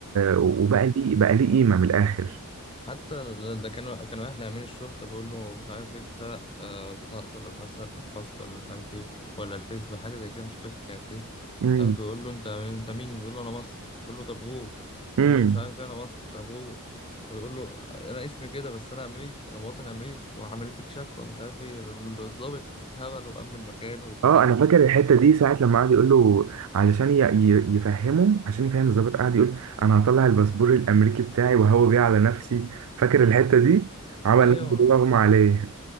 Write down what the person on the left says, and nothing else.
حتى ده كانوا كانوا اهل امين الشرطه بيقول له مش عارف ايه اتسرق آه، بطاقته ولا مش عارف اتسرق محفظته ولا مش عارف ايه ولا الفيسبوك حاجه زي كده مش فاكر كانت ايه
آه، بيقول له انت مين- انت مين بيقول له انا مصر بيقول له طب غور
بيقول له مش عارف ايه انا مصر طب غور طب بيقول له انا اسمي كده بس انا امريكي انا مواطن امريكي وهعمل فيك شكوى مش عارف ايه الضابط اتهبل وامن مكانه وبتاع
ايوه